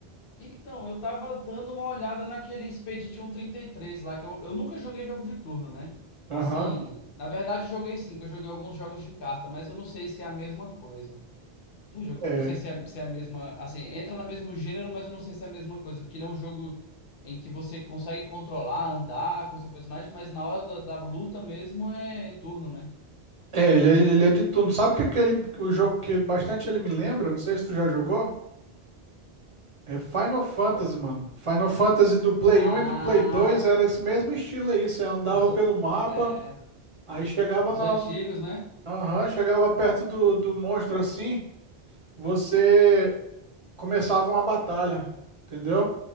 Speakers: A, on the left; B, on the right.
A: Então, eu tava dando uma olhada naquele Expedition trinta e três lá, que eu, eu nunca joguei jogo de turno, né?
B: Aham,
A: Assim, na verdade joguei sim, que eu joguei alguns jogos de carta, mas eu não sei se é a mesma coisa. Que jogo,
B: é.
A: não sei se é, se é a mesma, assim, entra no mesmo gênero, mas eu não sei se é a mesma coisa, porque ele é um jogo em que você consegue controlar, andar com seu personagem, mas na hora da, da luta mesmo é turno, né?
B: É, ele é, ele é de turno. Sabe que aquele, o jogo que bastante ele me lembra? Não sei se tu já jogou. É Final Fantasy,
A: Qual?
B: mano. Final Fantasy do Play
A: Ah,
B: 1 e do Play 2 era esse mesmo estilo aí. Você andava
A: os,
B: pelo mapa.
A: é,
B: Aí chegava
A: os
B: na,
A: antigos, né?
B: aham, chegava perto do, do monstro assim, você começava uma batalha, entendeu?